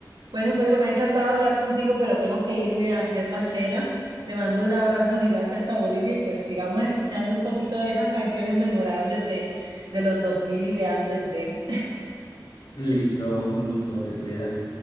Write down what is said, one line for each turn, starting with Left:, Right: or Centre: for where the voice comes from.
Right: Bueno, Pedro, me ha encantado hablar contigo, pero tengo que irme a hacer la cena. Te mando un abrazo gigante hasta Bolivia y pues sigamos escuchando un poquito de esas canciones memorables de, de los 2000 y de antes de...
Left: Listo, un gusto, te cuidas.